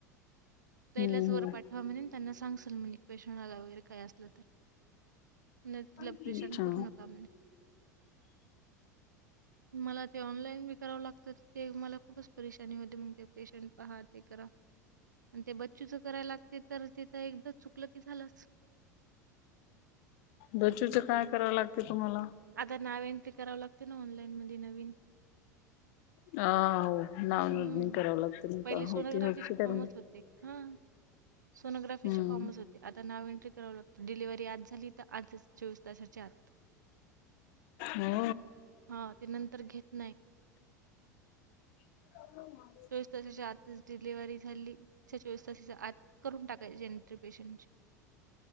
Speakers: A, on the right; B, on the left.
A: तैलाच
B: हम्म
A: वर
B: हम्म
A: पाठवा म्हणे त्यांना सांगाल म्ह पेशनला वगैरे काय असलं तर
B: अच्छा.
A: तिला परेशान करू नका म्ह <unintelligible> मला ते ऑनलाईन बी करावं लागतात ते मला खूपच परेशानी होते मग ते पेशंट पाहात ते करा आणि ते बच्चूच करायला लागते तर ते तर एकदा चुकलं की झालंच
B: दचूचं काय करावं लागते तुम्हाला
A: आता नाव एंट्री करावं लागते ना ऑनलाईन मध्ये नवीन
B: ह हो नाव नोंदणी
A: हम्म
B: करावी लागते नाही
A: पहिले
B: का
A: सोनोग्राफीचे
B: होती हॉस्पिटल
A: फॉर्मच होते हा सोनोग्राफीचे
B: हम्म.
A: फॉर्मच होते आता नाव एंट्री करावं लागतं डिलिव्ही आज झाली तर आजच चोवीस तासाच्या आत
B: हो
A: हा ते नंतर घेत नाही
B: ह
A: त तसााची आताच डिलिव्ही झाली चोवीस तासाच आत करून टाकायचे नटर पेशंट